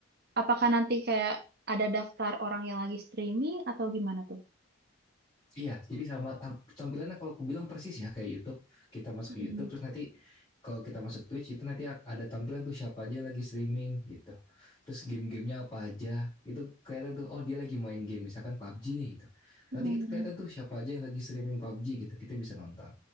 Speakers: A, on the right (about 45°); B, on the left (about 20°).
A: Apakah nanti kayak ada daftar orang yang lagi streaming atau gimana tuh?
B: Iya, jadi sama tam- tampilannya kalau aku bilang persis ya kayak YouTube. Kita masuk
A: Mm-mm.
B: ke YouTube terus nanti kalau kita masuk Twitch itu nanti ada tampilan tuh siapa aja lagi streaming gitu. Terus game-gamenya apa aja. Itu kelihatan tuh oh dia lagi main game misalkan PUBG nih gitu. Nanti
A: Mm-mm.
B: kita kelihatan tuh siapa aja yang lagi streaming PUBG gitu. Kita bisa nonton